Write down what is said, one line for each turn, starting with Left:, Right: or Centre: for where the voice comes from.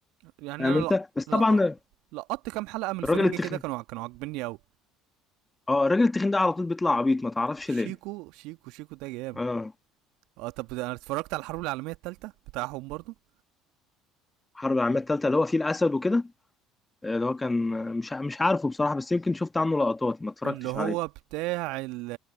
Right: يعني
Left: فاهم
Right: انا
Left: انت
Right: لا
Left: بس
Right: لا
Left: طبعا
Right: لقطت كام حلقة من الفرنجة
Left: الراجل التخين
Right: كده كانوا كانوا عاجبني قوي
Left: اه الراجل التخين ده على طول بيطلع عبيط ما تعرفش
Right: شيكو
Left: ليه
Right: شيكو شيكو ده جامد
Left: اه
Right: اه طب انا اتفرجت على الحرب العالمية التالتة بتاعهم برضو
Left: حرب العالمية التالتة اللي هو فيه الاسد وكده آه، اللي هو كان مش ع- مش عارفه بصراحة بس يمكن شفت عنه لقطات ما اتفرجتش
Right: اللي هو
Left: عليه
Right: بتاع ال